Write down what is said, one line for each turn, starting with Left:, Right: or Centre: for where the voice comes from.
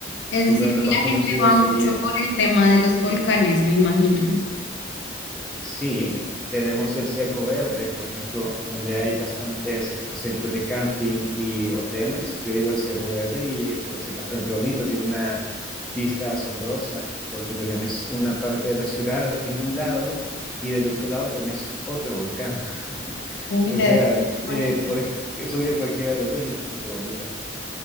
Left: Es
Centre: Uno
Left: decir,
Centre: de
Left: que
Centre: los más
Left: la
Centre: conocidos
Left: gente va mucho
Centre: sería
Left: por el tema de los volcanes, me imagino.
Centre: Sí, tenemos el Cerro Verde, por ejemplo, donde hay bastantes este, centros de camping y hoteles. Yo he ido al Cerro Verde y eh, pues es bastante bonito, tiene una vista asombrosa porque tenés una parte de la ciudad en un lado y del otro lado tenés otro volcán. <laughs>
Left: Uy,
Centre: O
Left: debe
Centre: sea,
Left: ser
Centre: eh,
Left: bonito.
Centre: podés subir a cualquiera de los dos y es bastante bonito.